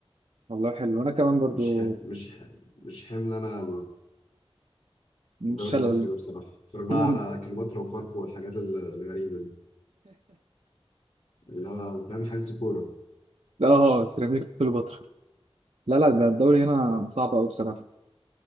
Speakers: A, on the right (about 80°); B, on the left (about 75°).
A: والله حلو انا كمان برضو
B: مش ح... مش ح... مش حمل انا
A: مش
B: الدوري
A: شلل
B: المصري ده بصراحة اتفرج بقى
A: <laughs>
B: على كليوباترا وفاركو والحاجات ال- الغريبة دي اللي هو فاهم حجز كورة
A: اه سيراميك كليوباترا لا لا ده الدوري هنا
B: آه،
A: صعب قوي بصراحة